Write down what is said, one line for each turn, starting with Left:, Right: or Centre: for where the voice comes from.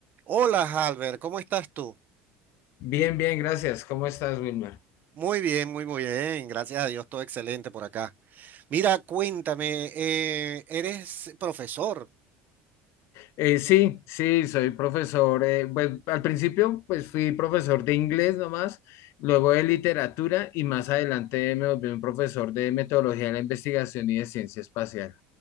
Right: Hola, Halber, ¿cómo estás tú?
Left: Bien, bien, gracias. ¿Cómo estás, Wilmer?
Right: Muy bien, muy, muy bien. Gracias a Dios, todo excelente por acá. Mira, cuéntame, eh, eres profesor.
Left: Eh, sí, sí, soy profesor. eh, pues al principio, pues fui profesor de inglés nomás, luego de literatura y más adelante me volví un profesor de metodología de la investigación y de ciencia espacial.